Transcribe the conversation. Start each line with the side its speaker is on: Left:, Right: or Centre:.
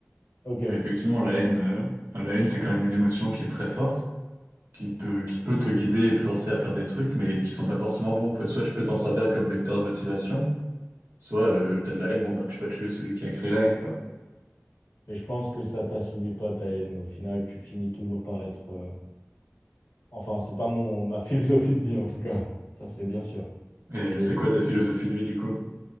Left: Ok.
Right: Mais effectivement, la haine, euh, enfin, la haine, c'est quand même une émotion qui est très forte. qui peut, qui peut te guider et te forcer à faire des trucs, mais qui sont pas forcément bons, quoi. Soit tu peux t'en servir comme vecteur de motivation, soit tu t'as de la haine, bon bah tu vas tuer celui qui a créé la haine, quoi.
Left: Mais je pense que ça t'assouvit pas ta haine. Au final, tu finis toujours par être. euh, Enfin, c'est pas mon ma <laughs> philosophie de vie en tout cas. Ça, c'est bien sûr.
Right: Et
Left: Je,
Right: c'est quoi ta philosophie de vie du coup?